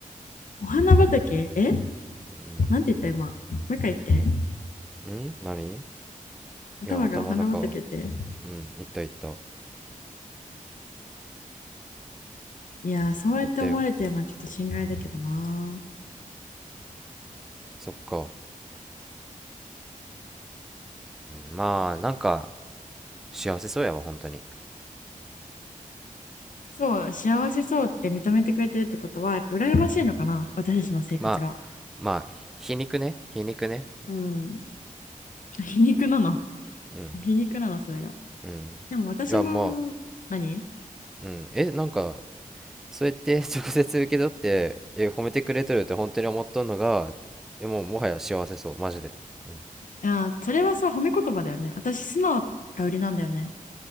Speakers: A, on the left; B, in the centre.
A: お花畑え
B: うん。
A: なんて言った今もう一回言って
B: ん何
A: 頭がお花畑って
B: いや、頭の中、うん、いったいった。
A: いやーそうやって思われてるのはちょっと心外だけどな
B: いったよ。そっか。うんまあ、なんか、幸せそうやわ、本当に。
A: そう幸せそうって認めてくれてるってことはやっぱ羨ましいのかな私たちの生活が
B: まあ、まあ、皮肉ね、皮肉ね。
A: うん皮肉なの
B: うん、
A: 皮肉なのそれが
B: うん。
A: でも私も、
B: いや、まあ、
A: 何い
B: うん。え、なんか、そうやって <laughs> 直接受け取って、え、褒めてくれとるって本当に思っとんのが、え、もう、もはや幸せそう、マジで。うん。
A: や、それはさ、褒め言葉だよね。私、素直が売りなんだよね。